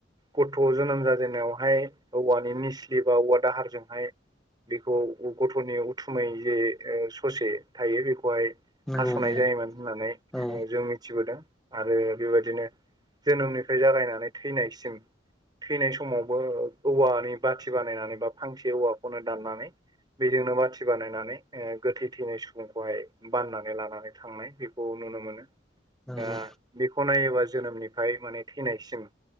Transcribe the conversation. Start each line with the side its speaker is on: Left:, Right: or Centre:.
Right: गथ' जोनोम जाजेननायावहाय औवानि निस्लि बा औवा दाहारजोंहाय बेखौ गथ'नि उथुमै जे ओ ससे थायो बेखौहाय
Centre: नंगौ
Right: हास'नाय
Centre: नंगौ
Right: जायोमोन होननानै
Centre: औ
Right: जों मिथिबोदों आरो बेबायदिनो जोनोमनिफाय जागायनानै थैनायसिम थैनाय समावबो औवानि बाथि बानायनानै बा फांसे औवाखौनो दाननानै बेजोंनो बाथि बानायनानै ओ गोथै थैनाय सुबुंखौहाय बाननानै लानानै थांनाय बे खौ नुनो मोनो
Centre: नंगौ
Right: ओ बेखौ नायोबा जोनोमनिफाय माने थैनायसिम